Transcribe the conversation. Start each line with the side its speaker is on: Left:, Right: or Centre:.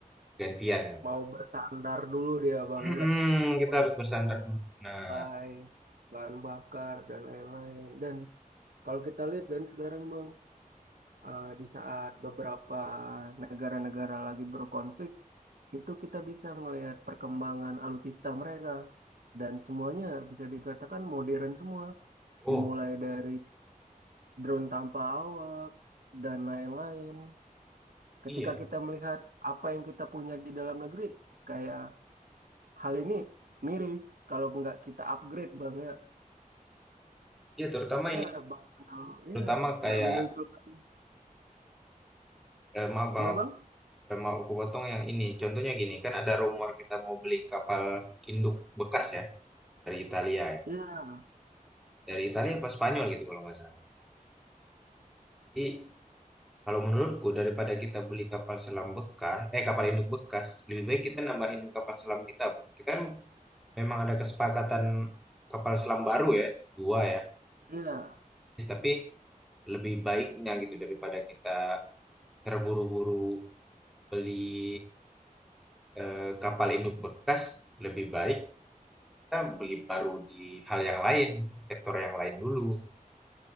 Centre: gantian.
Right: mau bersandar dulu dia bang
Centre: <clears throat>
Right: ya,
Centre: kita
Right: untuk
Centre: harus bersandar dulu. Nah,
Right: mulai bahan bakar dan lain-lain. Dan kalau kita lihat kan sekarang bang, eh, di saat beberapa negara-negara lagi berkonflik, itu kita bisa melihat perkembangan alutsista mereka. Dan semuanya bisa dikatakan modern semua,
Centre: oh
Right: dimulai dari drone tanpa awak dan lain-lain. Ketika
Centre: iya,
Right: kita melihat apa yang kita punya di dalam negeri, kayak hal ini miris kalau nggak kita upgrade banget
Centre: iya terutama
Right: Karena
Centre: ini,
Right: bakal, iya,
Centre: terutama kayak
Right: nggak memunculkan.
Centre: eh, maaf bang
Right: Iya
Centre: aku
Right: bang?
Centre: eh, mau aku potong yang ini. Contohnya gini, kan ada rumor kita mau beli kapal induk bekas ya dari Italia. ya.
Right: Iya,
Centre: dari Italia apa Spanyol gitu kalau nggak salah. Jadi kalau menurutku daripada kita beli kapal selam bekas, eh kapal induk bekas, lebih baik kita nambahin kapal selam kita. Kita kan memang ada kesepakatan kapal selam baru ya, dua ya.
Right: iya.
Centre: Yes, Tapi lebih baiknya gitu daripada kita terburu-buru beli eh, kapal induk bekas, lebih baik kita beli baru di hal yang lain, gitu, di sektor yang lain dulu. Gitu.